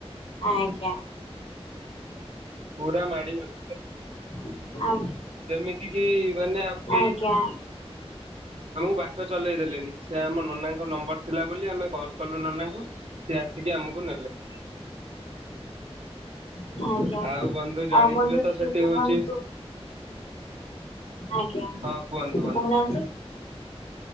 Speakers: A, on the left; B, on the right.
A: ଆଜ୍ଞା।
B: ପୁରା ମାଡି ବସିଥିଲ
A: ଆଜ୍ଞା
B: ଯେମିତି କିି ମାନେ ଆଉ କେହି
A: ଆଜ୍ଞା।
B: ଆମକୁ ବା ଚଲେଇ ଦେଲେଣିି ସେ ଆମ ନନାଙ୍କ ନମ୍ବର ଥିଲା ବୋଲି ଆମେ କଲ କଲୁ ନନାଙ୍କୁ ସେି ଆସିକି ଆମକୁ ନେଲେ
A: ହ ଆଜ୍ଞା
B: ଆଉ ବନ୍ଧୁ ଜାଣିଥିବେ
A: ଆଉ ବଂଧୁ
B: ତ
A: ଟିକେ
B: ସେଠି ହଉଛି
A: କୁହନ୍ତୁ ଆଜ୍ଞା
B: ହଁ କୁହନ୍ତୁ ବନ୍ଧୁ
A: କହୁନାହାନ୍ତି।